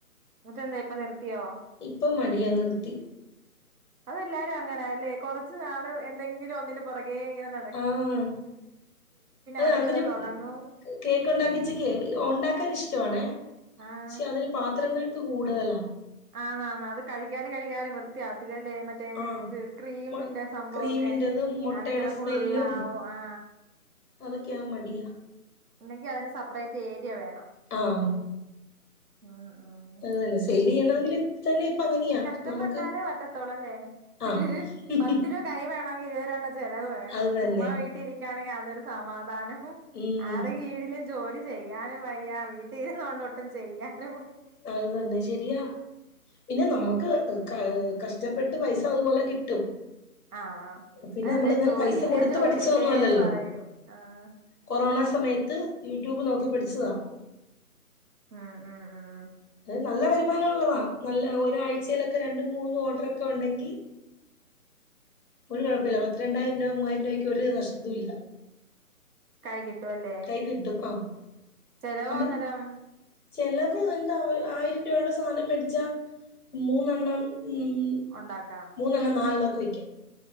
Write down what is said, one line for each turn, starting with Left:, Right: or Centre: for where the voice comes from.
Right: എന്നിട്ട എന്താ ഇപ്പ നിർത്തിയോ?
Left: ഇപ്പം മട അ നിർത്തി.
Right: അതെല്ലാരും അങ്ങനാല്ലേ കുറച്ച് നാള് എന്തെങ്കിലും ഒന്നിന്റെ പുറകെ ഇങ്ങനെ നട
Left: ആഹ് അ
Right: അടുത്തത്
Left: അതിന്
Right: തൊടങ്ങും
Left: കേക്ക് ഉണ്ടാക്കിച്ച് കേ ഉണ്ടാക്കാൻ ഇഷ്ട ഷ്ടാണെ
Right: ആഹ്
Left: പക്ഷെ അതിന് പാത്രങ്ങൾക്ക് കൂടുതലാ.
Right: ആന്ന് ആന്ന് അത് കഴകിയാലും കഴകിയാലും വൃത്തിയാത്തില്ലല്ലേ മറ്റേ
Left: ആഹ്
Right: ഇത് ക്രീമിന്റെ
Left: മൊ
Right: സംഭവൊക്കെ
Left: ക്രീമിന്റതും മുട്ടയുടെ
Right: അടുക്കള
Left: സ്മെല്ലും
Right: ഫുുള്ള ആവും ആ
Left: അതൊക്കെയാ മടിയാ.
Right: അന്നെങ്കി അതിന് സെപ്പറേറ്റ് ഏരിയ വേണം.
Left: ആഹ്
Right: ഉം ഉം
Left: അതന്നെ സെയിൽ ചെയ്യണെങ്കിൽ തന്നെ <unintelligible>
Right: കഷ്ടപ്പെട്ടാലേ
Left: നമുക്ക്
Right: പറ്റത്തോളല്ലേ? <unintelligible>
Left: ആഹ്
Right: പത്ത് രൂപ കൈ വേണങ്ങി ഇരു ചെലവ് വേണം
Left: അത് തന്നെ.
Right: ചുമ്മാ വീട്ടിലിരിക്കയാണെങ്കിൽ അതൊരു സമാധാനവും
Left: ഉം.
Right: ആടെ കീഴിലും ജോലി ചെയ്യാനും വയ്യ വീട്ട ഇരുന്നൊണ്ട് ഒട്ടും ചെയ്യാനുംവയ്യ
Left: അത് തന്നെ ശെരിയാ. പിന്നെ നമ്മക്ക് ക കഷ്ടപ്പെട്ട് പൈസ അതുപോലെ കിട്ടും.
Right: ആഹ്
Left: പിന്നെ
Right: അതല്ലേ
Left: നമ്മൾ ഇങ്ങനെ
Right: ജോലി
Left: പൈസ
Right: ഇല്ലേ
Left: കൊടുത്ത്
Right: ജോലി
Left: പഠിച്ചൊന്നും
Right: ഇല്ലേന്ന്
Left: അല്ലല്ലോ.
Right: പറയും ആഹ്
Left: കൊറോണ സമയത്ത് യൂട്യൂബ് നോക്കി പഠിച്ചതാ.
Right: ആഹ് ആഹ് ആഹ് ആഹ്
Left: അത് നല്ല വരുമാനം ഉള്ളതാ നല്ല ഒരാഴ്ചയിലൊക്കെ രണ്ടും മൂന്നും ഓർഡർക്കെ ഉണ്ടെങ്കി ഒരു കുഴപില്ല പത്ത് രണ്ടായിരം രൂപ മൂവായിര രൂപയ്ക്ക ഒരു നഷ്ടവും ഇല്ല
Right: കൈ കിട്ടുവല്ല?
Left: കൈകിട്ടും ആഹ്.
Right: ചെലവാന്നരം
Left: നമ്മൾ ചെലവ് എന്താ ആയിരം രൂപയുടെ സാധനം മേടിച്ചാ മൂന്നെണ്ണം ഉം
Right: ഒണ്ടാക്കാം
Left: മൂന്നെണ്ണം നാലണ്ണം ഓക്കേ വിക്കം